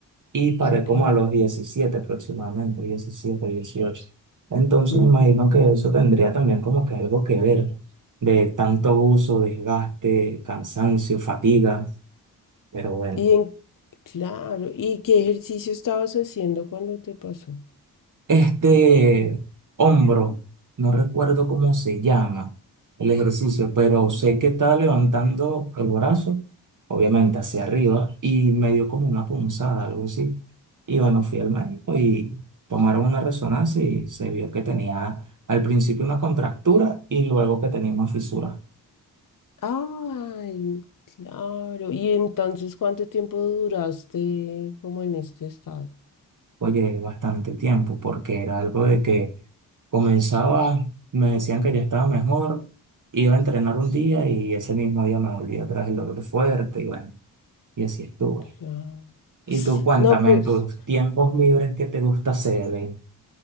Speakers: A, on the right; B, on the left.
A: y paré
B: Ok.
A: como a los 17 aproximadamente, diecisiete dieciocho Entonces
B: ujú.
A: me imagino que eso tendría también como que algo que ver de tanto abuso, desgaste, cansancio, fatiga, pero bueno.
B: Y en, claro, ¿y qué ejercicio estabas haciendo cuando te pasó?
A: Este hombro, no recuerdo cómo se llama el ejercicio, pero sé que estaba levantando el brazo, obviamente hacia arriba, y me dio como una punzada, algo así. Y bueno, fui al médico y tomaron una resonancia y se vio que tenía al principio una contractura y luego que tenía una fisura.
B: Ay, claro. ¿Y entonces cuánto tiempo duraste como en este estado?
A: oye, bastante tiempo, porque era algo de que comenzaba, me decían que ya estaba mejor, iba a entrenar un día y ese mismo día me volvía atrás el dolor fuerte y bueno, y así estuve.
B: Claro.
A: Y tú cuéntame
B: No, pues
A: en tus tiempos libres qué te gusta hacer. eh?